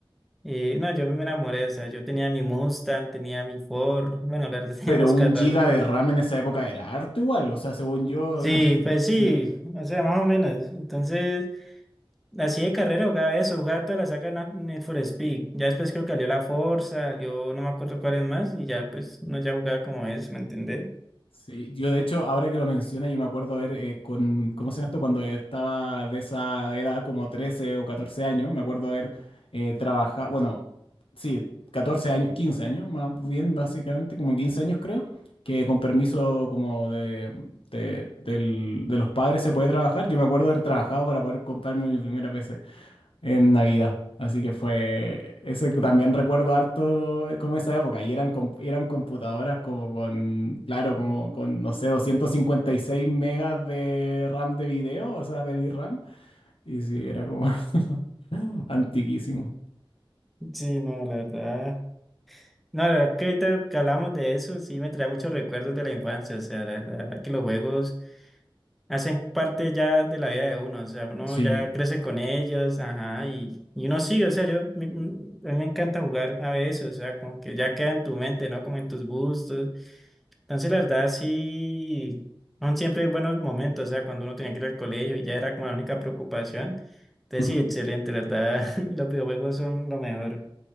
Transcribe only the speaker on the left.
Pero
un
giga de RAM en esa época era harto igual, o sea, según yo,
<laughs>
sí.
Sí, yo de hecho, ahora que lo menciona, yo me acuerdo ver eh, con, ¿cómo se llama esto? Cuando estaba de esa edad, como 13 o 14 años, me acuerdo haber eh, trabajado, bueno, sí, 14 años, 15 años, más bien básicamente, como 15 años creo, que con permiso como de, de, del- de los padres se puede trabajar. Yo me acuerdo haber trabajado para poder comprarme mi primera PC en Navidad. Así que fue, eso que también recuerdo harto como esa época, y eran, com- eran computadoras como con, claro, como con, no sé, 256 megas de RAM de video, o sea, de VRAM, y sí, era como <laughs> antiquísimo.
Sí,
Ujú.